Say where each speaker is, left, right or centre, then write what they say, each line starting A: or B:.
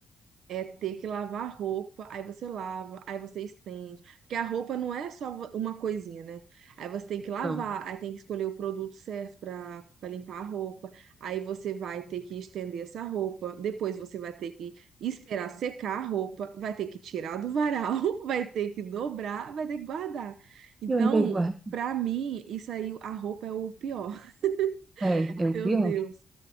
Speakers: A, on the right; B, on the right.
A: é ter que lavar roupa, aí você lava, aí você estende. Porque a roupa não é só vo- uma coisinha, né? Aí você tem que lavar,
B: Não.
A: aí tem que escolher o produto certo para para limpar a roupa. Aí você vai ter que estender essa roupa. Depois você vai ter que esperar secar a roupa, vai ter que tirar do varal, <laughs> vai ter que dobrar, vai ter que guardar. Então,
B: Eu ainda guardo.
A: pra mim, isso aí, a roupa é o pior.
B: É,
A: <laughs>
B: é o
A: Meu
B: pior.
A: Deus,